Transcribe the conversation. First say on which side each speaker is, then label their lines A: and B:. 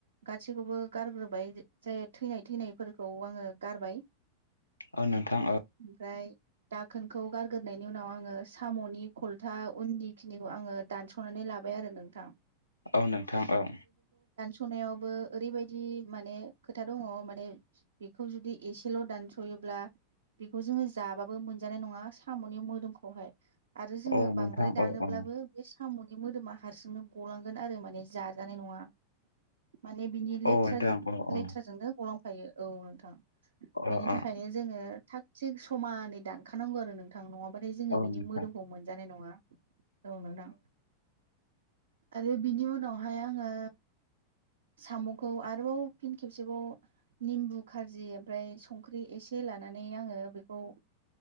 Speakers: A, on the right; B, on the left.
A: गासैखौबो गारग्रोबाय जाय थैनाय-थैनायफोरखौ आङो गारबाय।
B: औ नोंथां औ
A: फ्राय दाखोनखौ गारग्रोनायनि उनाव आङो साम'नि खलथा उननि खिनिखौ आङो दानस'नानै लाबाय आरो नोंथां।
B: औ नोंथां औ
A: सबखनायावबो ओरैबायदि माने खोथा दङ माने बेखौ जुदि एसेल' दानस' हयोब्ला बेखौ जोङो जाबाबो मोनजानाय नङा साम'नि मोदोमखौहाय आरो जोङो
B: औ नोंथां
A: बांद्राय दानोब्लाबो
B: औ औ
A: बे साम'नि मोदोमा हारसिंनो गलांगोन आरो माने जाजानाय नङा माने बिनि लेथ्राजिब
B: औ नोंथां औ औ
A: लेथ्राजोंनो गलांफायो औ नोंथां
B: अ
A: बेनि
B: अ
A: थाखायनो जोङो थाग थिग समानै दानखानांगौ आरो नोंथां नङा बाथाय जोङो
B: औ
A: बिनि
B: नोंथां
A: मोदोमखौ मोनजानाय नङा औ नोंथां आरो बिनि उनावहाय आङो साम'खौ आरोबाव फिन खेबसेबाव निमबु खारजि ओमफाय संख्रि एसे लानानै आङो बेखौ